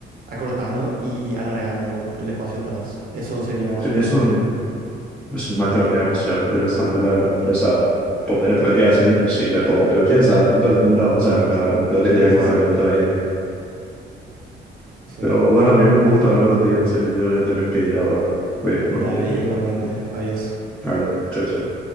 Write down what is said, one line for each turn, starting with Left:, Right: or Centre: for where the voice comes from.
Right: acortando y alargando el espacio atrás. Eso sería
Centre: Sí,
Right: una
Centre: Eso
Right: forma.
Centre: Es una teoría demasiado interesante, la verdad. O sea, poner en práctica es imposible todo, pero quién sabe, nunca, nunca vamos a ver, la verdad, nunca que
Right: Nunca
Centre: llegamos
Right: se sabe.
Centre: a ver en nuestra vida.
Right: Sí.
Centre: Pero bueno, amigo, un gusto hablar contigo, en serio, yo voy a tener que ir, la verdad. Voy a ir a dormir.
Right: Dale, igualmente. Adiós.
Centre: Vale, chao, chao.